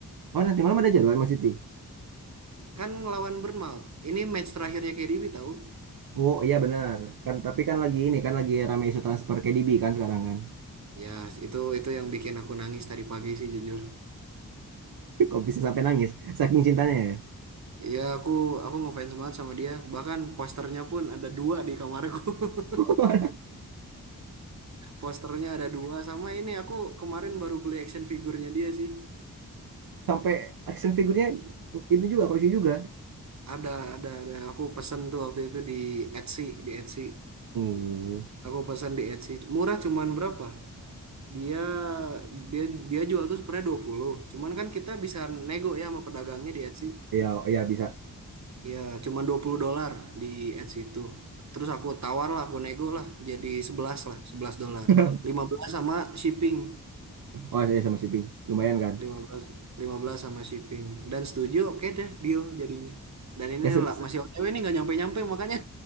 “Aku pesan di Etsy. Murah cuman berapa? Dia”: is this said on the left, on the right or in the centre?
Right